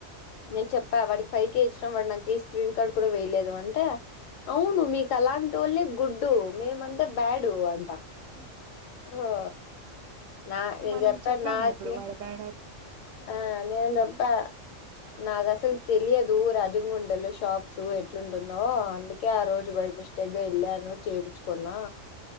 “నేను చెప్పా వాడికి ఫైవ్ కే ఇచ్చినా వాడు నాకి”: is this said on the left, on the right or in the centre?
Left